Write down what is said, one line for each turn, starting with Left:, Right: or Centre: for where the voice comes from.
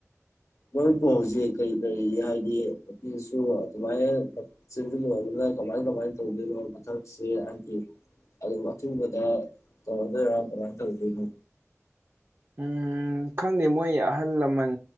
Left: ꯃꯔꯨꯞꯄꯨ ꯍꯧꯖꯤꯛ ꯀꯔꯤ ꯀꯔꯤ ꯍꯥꯏꯗꯤ ꯅꯨꯄꯤꯁꯨ ꯑꯗꯨꯃꯥꯏꯅ ꯆꯤꯟꯖꯤꯜꯂꯨꯔꯃꯤꯅ ꯀꯃꯥꯏ ꯀꯃꯥꯏꯅ ꯇꯧꯗꯣꯏꯅꯣ ꯃꯊꯛꯁꯤ ꯍꯥꯏꯗꯤ ꯑꯗꯨꯝ ꯑꯊꯨꯕꯗ ꯇꯧꯔꯗꯣꯏꯔꯥ ꯀꯃꯥꯏꯅ ꯇꯧꯗꯣꯏꯅꯣ
Right: ꯎꯝ ꯈꯪꯗꯦ ꯃꯣꯏ ꯑꯍꯜ ꯂꯃꯟ